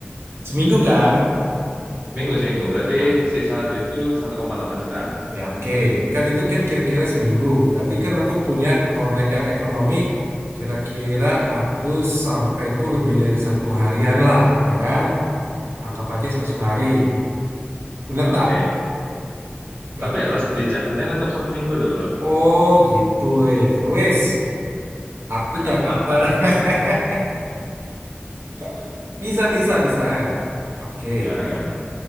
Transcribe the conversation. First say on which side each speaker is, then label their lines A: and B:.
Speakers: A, on the right (about 85°); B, on the right (about 55°).
A: seminggu kan
B: Minggu seminggu, berarti
A: Nah,
B: sisa duit itu satu koma delapan juta.
A: ya oke kan itu kan kira-kira seminggu berarti kan aku punya connect yang ekonomi kira-kira aku sampai tuh lebih dari satu harian lah ya kan anggap aja satu setengah hari bener
B: Oke.
A: tak berarti
B: Tapi harus di Jakarta tetap satu minggu loh, bro.
A: oh gitu wes wes aku
B: <laughs>
A: Jakarta <laughs> Kak, Bisa, bisa, bisa ya. Oke,
B: Gimana, gimana?